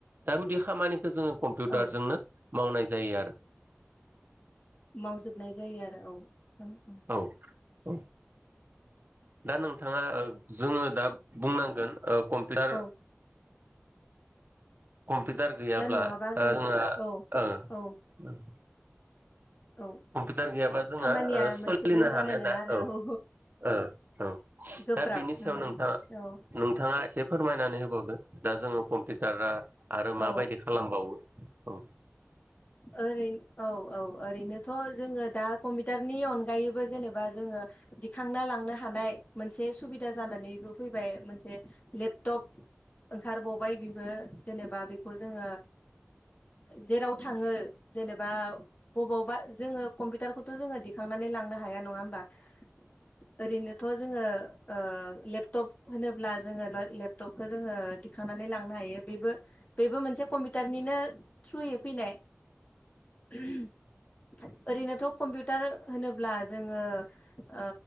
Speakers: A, on the right; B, on the left.
A: दा गुदि खामानिखो जोङो कम्पिउटारजोंनो
B: औ
A: मावनाय जायो आरो।
B: मावजोबनाय जायो आरो औ औ-औ
A: औ औ दा नोंथाङा ओ जोङो दा बुंनांगोन ओ कम्पिउटार
B: औ
A: कम्पिउटार गैयाब्ला
B: नङाबा
A: दा
B: जों
A: जोंहा
B: औ
A: ओ
B: औ
A: <unintelligible>
B: औ
A: कम्पिउटार गैयाबा जोंङा
B: खामानिया
A: ओस सोलिनो
B: मोनसेबो जानाय
A: हानाय
B: नङा
A: दा
B: आरो
A: औ ओ औ
B: गोब्राब
A: दा बेनि सायाव
B: उम
A: नोंथाङ
B: औ
A: नोंथाङा एसे फोरमायनानै होबावदो दा जोङो कम्पिउटारा आरो माबायदि
B: औ
A: खालामबावो
B: ओरै औ औ ओरैनोथ' जोङो दा कम्पिउटारनि अनगायैबो जेनेबा जोङो दिखांना लांनो हानाय मोनसे सुबिदा जानानैबो फैबाय मोनसे लेपटप ओंखारबावबाय बेबो जेनेबा बेखौ जोङो जेराव थाङो जेनेबा बबावबा जोङो कम्पिउटारखौथ' जोङो दिखांनानै लांनो हाया नङा होमबा आ ओरैनोथ' जोङो ओ लेपटप होनोब्ला जोङो लो लेपटपखौ जोङो दिखांनानै लांनो हायो बेबो बेबो मोनसे कमपिउारनिनो थ्रुयै फैनाय <unintelligible> ओरैनोथ' कम्पिउटार होनोब्ला जोङो ओ